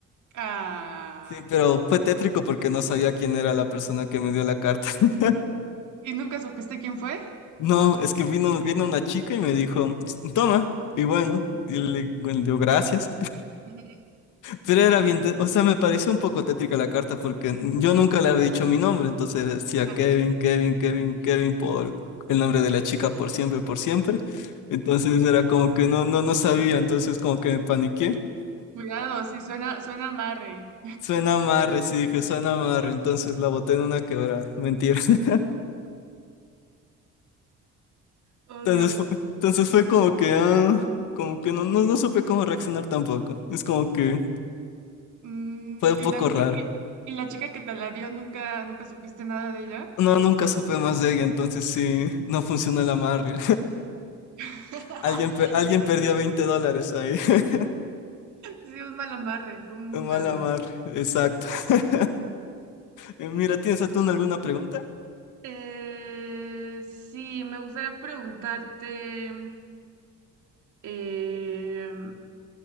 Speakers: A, on the right; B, on the left.
A: Ah,
B: Sí, pero fue tétrico porque no sabía quién era la persona que me dio la carta. <laughs>
A: ¿y nunca supiste quién fue?
B: No, es que vino, vino una chica y me dijo, toma, y bueno, y le, bueno, dio gracias.
A: Ujú.
B: Pero era bien, te- o sea, me pareció un poco tétrica la carta porque yo nunca le había dicho mi nombre, entonces era- decía
A: Ah,
B: Kevin, Kevin, Kevin, Kevin por el nombre de la chica por siempre, por siempre. Entonces era como que no, no, no sabía, entonces como que me paniqué.
A: cuidado, sí, suena, suena amarre.
B: Suena amarre, sí dije, suena amarre, entonces la boté en una quebrada, mentira. <laughs>
A: Oh,
B: Entonces
A: diablos.
B: fue, entonces fue como que, ah, como que no, no, no supe cómo reaccionar tampoco. Es como que
A: Mm,
B: fue un
A: ¿y
B: poco
A: la,
B: raro.
A: y, y la chica que te la dio, nunca, nunca supiste nada de ella?
B: No, nunca supe más de ella, entonces sí, no funcionó el amarre.
A: <laughs>
B: Alguien, pe- alguien perdió 20 dólares ahí. <laughs>
A: Sí, un mal amarre, fue un muy mal
B: Mala
A: amarre.
B: mar, exacto. <laughs> Eh, Mira, ¿tienes a tú alguna pregunta?
A: Eh, sí, me gustaría preguntarte, eh,